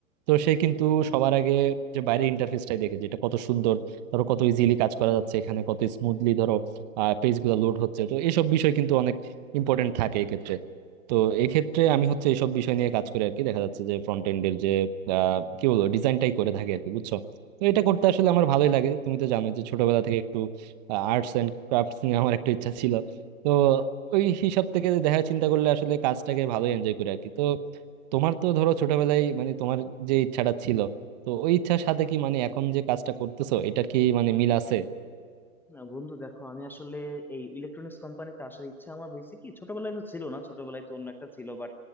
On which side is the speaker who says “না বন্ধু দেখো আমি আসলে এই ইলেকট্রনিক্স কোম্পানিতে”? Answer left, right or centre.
Centre